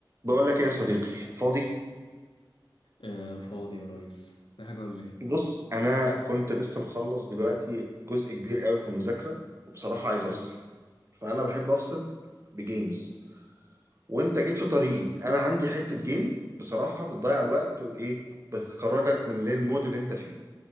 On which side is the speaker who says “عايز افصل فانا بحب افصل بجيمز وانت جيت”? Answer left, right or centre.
Right